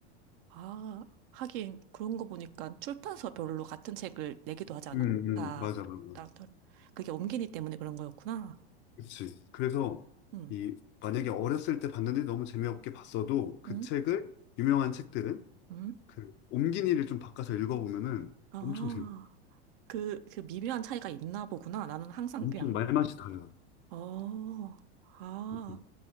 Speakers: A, on the right; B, on the left.
A: 아, 하긴 그런 거 보니까 출판사별로 같은 책을 내기도 하잖아.
B: 응, 응,
A: 다,
B: 맞아, 맞아.
A: 따 그게 옮기니 때문에 그런 거였구나.
B: 그치. 그래서
A: 음,
B: 이 만약에 어렸을 때 봤는데 너무 재미없게 봤어도 그
A: 음,
B: 책을 유명한 책들은
A: 음.
B: 그 옮긴이를 좀 바꿔서 읽어보면은
A: 아,
B: 엄청 재밌.
A: 그, 그 미묘한 차이가 있나 보구나. 나는 항상
B: 엄청
A: 그냥,
B: 말맛이 달라.
A: 어, 아,
B: 음. 음.